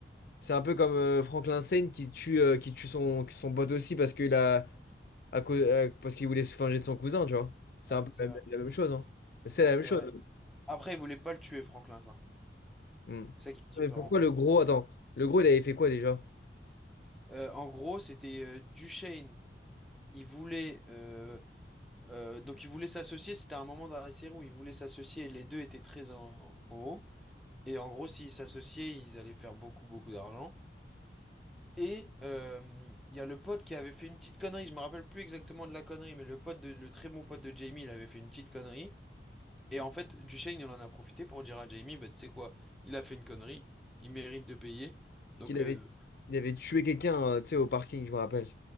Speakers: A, on the left; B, in the centre.
A: C'est un peu comme euh, Franklin Saint qui tue, euh, qui tue son, son pote aussi parce qu'il a. à cause, euh, parce qu'il voulait se venger de son cousin, tu vois. C'est
B: Ouais,
A: un peu
B: c'est
A: la,
B: vrai,
A: la même chose, hein. C'est la
B: c'est
A: même chose.
B: vrai. Après, il voulait pas le tuer, Franklin, ça.
A: Hmm.
B: C'est ça qui est différent.
A: Mais pourquoi le gros... Attends, le gros, il avait fait quoi déjà?
B: Euh, en gros, c'était euh, Duchesne. Il voulait. euh, Euh, donc ils voulaient s'associer, c'était un moment dans la série où ils voulaient s'associer et les deux étaient très en, en haut. Et en gros, s'ils s'associaient, ils allaient faire beaucoup, beaucoup d'argent. Et euh, il y a le pote qui avait fait une petite connerie, je me rappelle plus exactement de la connerie, mais le pote de, le très bon pote de Jamie, il avait fait une petite connerie. Et en fait, Duchesne, il en a profité pour dire à Jamie, bah, tu sais quoi, il a fait une connerie, il mérite de payer.
A: Parce
B: Donc
A: qu'il avait,
B: euh,
A: il avait tué quelqu'un, euh, tu sais, au parking, je me rappelle.